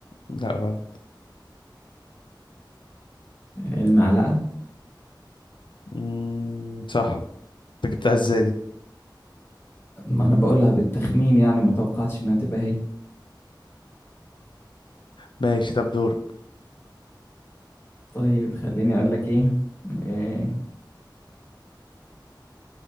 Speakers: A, on the left (about 75°); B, on the left (about 30°).
A: لا غلط
B: المعلقة
A: مم، صح انت جبتها ازاي دي
B: ما أنا بقولها بالتخمين يعني ما توقعتش إنها تبقى هي
A: ماشي طب دورك
B: طيب خليني أقول لك إيه إيه-